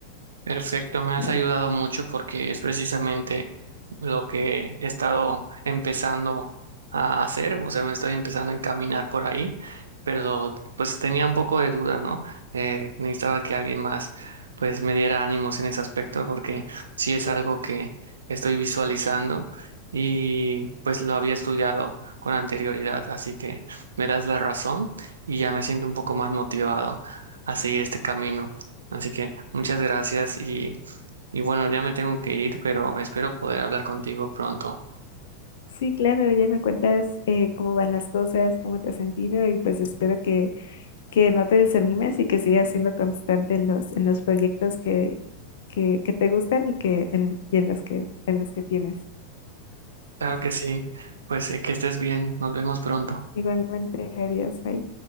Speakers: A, on the right (about 70°); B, on the left (about 55°).
A: Perfecto, me has
B: Ujú.
A: ayudado mucho porque es precisamente lo que he estado empezando a hacer, o sea, me estoy empezando a encaminar por ahí, pero pues tenía un poco de duda, ¿no? Eh, necesitaba que alguien más pues me diera ánimos en ese aspecto porque sí es algo que estoy visualizando y pues lo había estudiado con anterioridad, así que me das la razón y ya me siento un poco más motivado a seguir este camino. Así que muchas gracias y, y bueno, ya me tengo que ir, pero espero poder hablar contigo pronto.
B: Sí, claro, ya me cuentas eh, cómo van las cosas, cómo te has sentido y pues espero que que no te desanimes y que sigas siendo constante en los, en los proyectos que, que, que te gustan y que en, y en los que, en los que tienes.
A: Claro que sí. Pues eh, que estés bien. Nos vemos pronto.
B: Igualmente, adiós, bye.